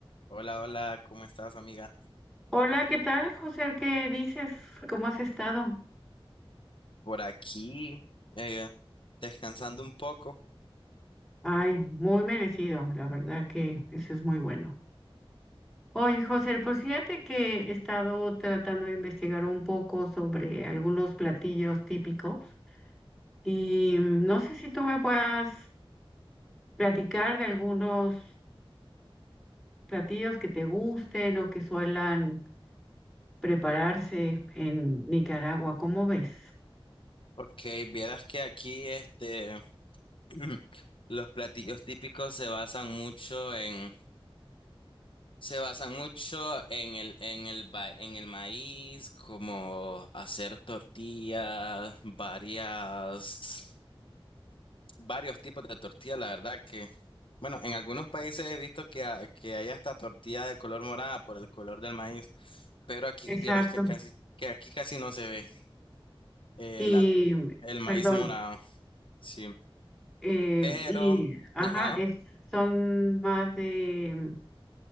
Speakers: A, on the left; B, in the centre.
A: Hola, hola, ¿cómo estás, amiga?
B: Hola, ¿qué tal, José? ¿Qué dices? ¿Cómo has estado?
A: Por aquí, eh, descansando un poco.
B: Ay, muy merecido, la verdad que eso es muy bueno. Oye, José, pues fíjate que he estado tratando de investigar un poco sobre algunos platillos típicos y mm, no sé si tú me puedas platicar de algunos platillos que te gusten o que suelan prepararse en Nicaragua, ¿cómo ves?
A: Ok, vieras que aquí este, <clears throat> los platillos típicos se basan mucho en, se basan mucho en el, en el, ba- en el maíz, como hacer tortillas, varias. varios tipos de tortilla, la verdad que, bueno, en algunos países he visto que, ha- que hay hasta tortilla de color morada por el color del maíz, pero aquí
B: Exacto.
A: vieras que casi, que aquí casi no se ve eh,
B: Y,
A: la- el maíz
B: perdón.
A: morado, sí,
B: Eh,
A: pero,
B: y, ajá,
A: ajá,
B: es, son más de